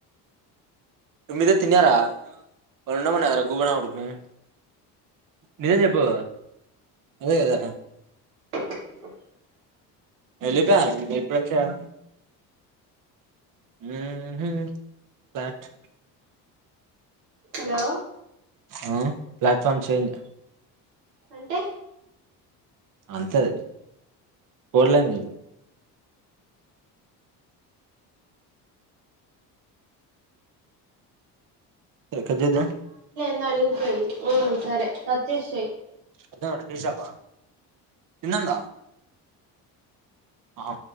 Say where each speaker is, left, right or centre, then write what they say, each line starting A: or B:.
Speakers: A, on the right (about 45°); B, on the right (about 80°).
A: మిద తిన్నారాళ్ళన్నామన్నా గబడుకు నిజం చెప్పు అదే కదా.
B: <unintelligible>
A: వెళ్ళిపోయారు ఇప్పుడు వచ్చావ్. ఊ హు బట్
B: హలో
A: ఆ ప్లాట్ఫార్మ్ చేంజ్
B: అంటే
A: అంతేది కోడలాంగజ కట్ జాయొద్ద
B: సరిపోయింది ఊ సరే సత్యశ్రీ
A: అద అ దషాపా ఇన్నంద ఆ